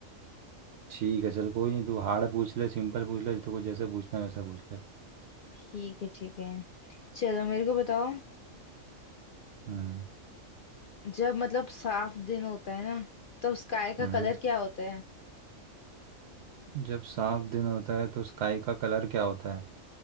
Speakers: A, on the right (about 65°); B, on the left (about 75°).
A: ठीक है चल कोई नहीं तू हार्ड पूछ ले सिंपल पूछ ले तो कुछ जैसे पूछना है वैसा पूछ ले
B: ठीक है ठीक है चलो मेरे को बताओ
A: हम्म
B: जब मतलब साफ दिन होता है ना तब स्काई का
A: हम्म
B: कलर क्या होता है
A: जब साफ दिन होता है तो स्काई का कलर क्या होता है